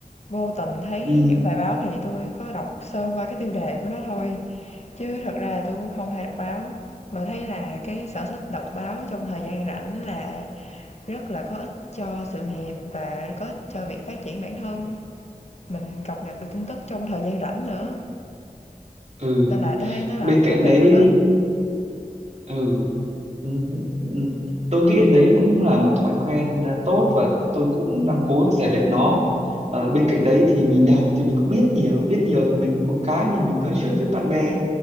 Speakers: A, on the left; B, on the right.
A: Vô tình thấy
B: ừ
A: những bài báo thì tôi có đọc sơ qua cái tiêu đề của nó thôi, chứ thật ra là tôi cũng không hay đọc báo, mà thấy là cái sở thích đọc báo trong thời gian rảnh là rất là có ích cho sự nghiệp và có ích cho việc phát triển bản thân, mình cập nhật được tin tức trong thời gian rảnh nữa,
B: ừ
A: nên là tôi thấy nó là
B: bên
A: một
B: cạnh
A: thói quen
B: đấy
A: rất có ích.
B: ừ ừ, ừ. tôi nghĩ đấy cũng là một thói quen à, tốt và tôi cũng đang cố rèn luyện nó Ờ, bên cạnh đấy thì mình đọc thì mình cũng biết nhiều biết nhiều thì mình có cái để mình nói chuyện với bạn bè